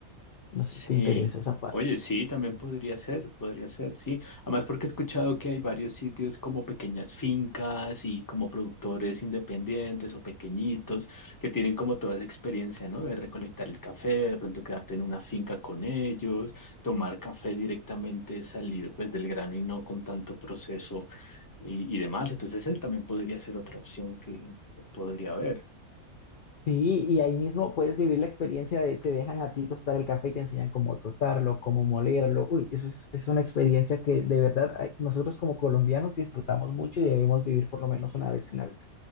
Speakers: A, on the left (about 55°); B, on the left (about 20°).
A: No sé
B: Sí,
A: si te interesa esa parte.
B: oye, sí, también podría ser, podría ser, sí. Además, porque he escuchado que hay varios sitios como pequeñas fincas y como productores independientes o pequeñitos que tienen como toda esa experiencia, ¿no? De recolectar el café, de pronto quedarte en una finca con ellos, tomar café directamente salido pues del grano y no con tanto proceso y, y demás. Entonces, esa también podría ser otra opción que podría haber.
A: Sí, y ahí mismo puedes vivir la experiencia de te dejan a ti tostar el café y te enseñan cómo tostarlo, cómo molerlo. Uy, eso es, es una experiencia que de verdad ay, nosotros como colombianos disfrutamos mucho y debemos vivir por lo menos una vez en la vida.